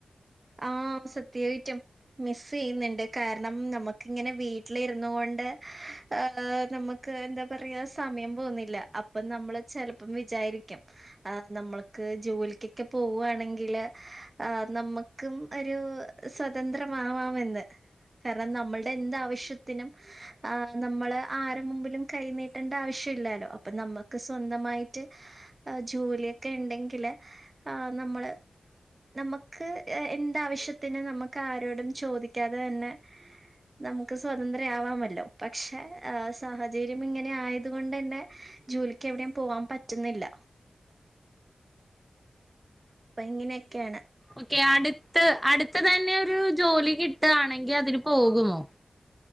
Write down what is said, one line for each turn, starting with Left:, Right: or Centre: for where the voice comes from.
Right: ആഹ് സത്യായിട്ടും മിസ് ചെയ്യുന്നുണ്ട് കാരണം നമക്കിങ്ങനെ വീട്ടിലിര്ന്നു കൊണ്ട് ഹ നമുക്ക് എന്താ പറയാ സമയം പോന്നില്ല അപ്പം നമ്മള് ചെലപ്പം വിചാരിക്കും ആ നമ്മൾക്ക് ജോലിക്കൊക്കെ പോവാണെങ്കില് ആ നമുക്കും ഒരു സ്വതന്ത്രമാവാമെന്ന് കാരണം നമ്മള്ടെ എന്താവശ്യത്തിനും ആ നമ്മള് ആരെ മുമ്പിലും കൈനീട്ടണ്ട ആവശ്യമില്ലലോ അപ്പൊ നമ്മുക്ക് സ്വന്തമായിട്ട് ആ ജോലിയൊക്കെ ണ്ടെങ്കില് ആ നമ്മള് നമ്മക്ക് എന്താവശ്യത്തിന് നമ്മക്ക് ആരോടും ചോദിക്കാതെതന്നെ നമുക്ക് സ്വതന്ത്ര ആവാമല്ലോ പക്ഷെ സാഹചര്യം ഇങ്ങനെ ആയത് കൊണ്ടെന്നെ ജോലിക്ക് എവിടോം പോവാൻ പറ്റ്ന്നില്ല പ്പ ങ്ങനെക്കെണ്
Centre: ഓക്കെ അടുത്ത് അടുത്ത് തന്നെ ഒരു ജോലി കിട്ടാണെങ്കി അതിന് പോകുമോ?